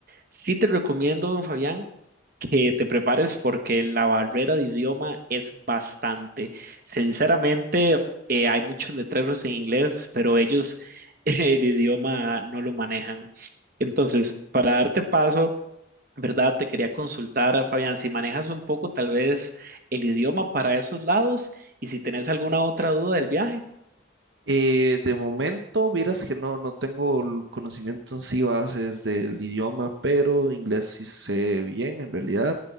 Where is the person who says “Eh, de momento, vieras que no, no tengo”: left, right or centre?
Right